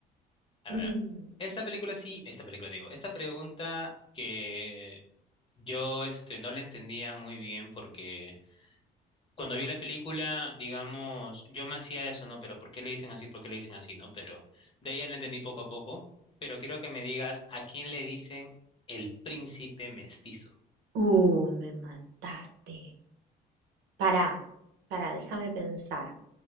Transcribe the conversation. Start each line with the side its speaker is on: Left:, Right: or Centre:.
Left: A
Right: Mm.
Left: ver, esta película sí, esta película digo, esta pregunta que yo este, no la entendía muy bien porque... cuando vi la película, digamos, yo me hacía eso, ¿no? Pero ¿por qué le dicen así? ¿Por qué le dicen así? ¿No? Pero de ahí ya le entendí poco a poco. Pero quiero que me digas a quién le dicen el príncipe mestizo.
Right: Uh, me mataste. Pará, pará, déjame pensar.